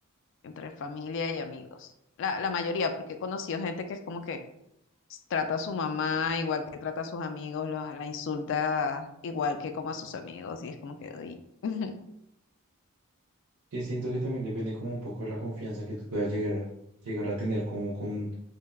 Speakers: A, on the left (about 60°); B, on the right (about 80°).
A: entre familia y amigos. La, la mayoría, porque he conocido gente que es como que Trata a su mamá igual que trata a sus amigos, la, la insulta igual que como a sus amigos, y es como que... uy. <laughs>
B: Eh, siento que también depende como un poco de la confianza que tú puedas llegar a, llegar a tener como con,